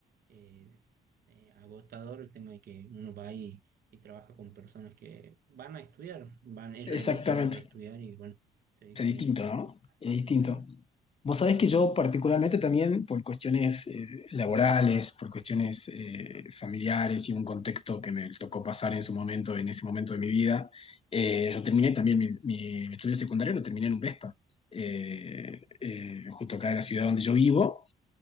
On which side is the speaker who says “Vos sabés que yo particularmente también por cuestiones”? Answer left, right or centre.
Left